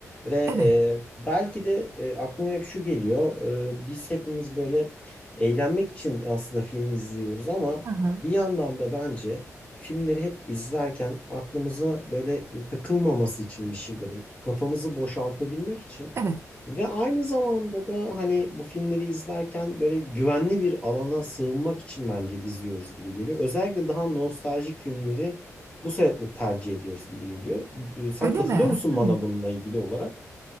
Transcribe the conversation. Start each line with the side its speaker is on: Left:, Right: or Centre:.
Left: Ve e,
Right: Evet.
Left: belki de e, aklıma hep şu geliyor. E, biz hepimiz böyle eğlenmek için aslında film izliyoruz ama
Right: Hı hı.
Left: bir yandan da bence filmleri hep izlerken aklımıza böyle takılmaması için bir şey verin. Kafamızı boşaltabilmek için
Right: Evet.
Left: ve aynı zamanda da hani bu filmleri izlerken böyle güvenli bir alana sığınmak için bence izliyoruz gibi geliyor. Özellikle daha nostaljik filmleri bu sebeple tercih ediyoruz gibi geliyor. Ee, Sen
Right: Öyle
Left: katılıyor
Right: mi?
Left: musun
Right: Hı.
Left: bana bununla ilgili olarak?